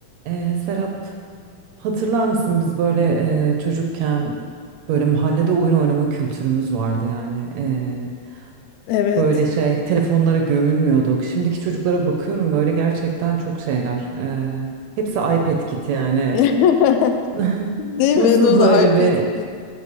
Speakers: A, on the right; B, on the left.
A: Ee, Serap, hatırlar mısın biz böyle e, çocukken böyle mahallede oyun oynama kültürümüz vardı yani. Ee,
B: Evet.
A: böyle şey telefonlara gömülmüyorduk. Şimdiki çocuklara bakıyorum böyle gerçekten çok şeyler. Ee, hepsi iPad kiti yani.
B: <laughs>
A: <laughs>
B: Değil
A: Nasıl
B: mi? Doğru
A: böyle
B: iPad
A: bir
B: Kid.